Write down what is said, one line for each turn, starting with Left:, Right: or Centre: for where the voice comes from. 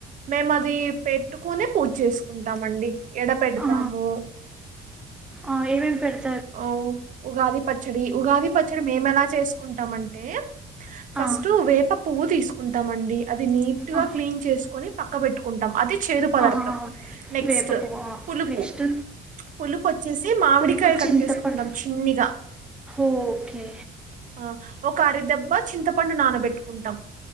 Right: మేము అది పెట్టుకునే పూజ చేసుకుంటామండి ఎడ పెడుతాము
Centre: ఆ, ఆ ఏవేం పెడత
Right: ఆ ఉగాది పచ్చడి ఉగాది పచ్చడి మేము ఎలా చేసుకుంటామంటే ఫస్ట్
Centre: ఆ,
Right: వేప పువ్వు తీసుకుంటాం అండి అది నోట్లో
Centre: ఆ,
Right: క్లీన్ చేసుకోని పక్క పెట్టుకుంటాం అది చ్ చేదు పదార్థం
Centre: ఆ,
Right: నెక్స్ట్
Centre: వేప పువ్వు
Right: పులుపు
Centre: నెక్స్ట్
Right: పులుపు వచ్చేసి మామిడికాయ
Centre: పులుపు
Right: కట్
Centre: చింతపండు
Right: చేసుకుంటాం చిన్నిగా
Centre: ఓకే
Right: ఆ ఒకరిద్దబ బ చింతపండు నానబెట్టుకుంటాం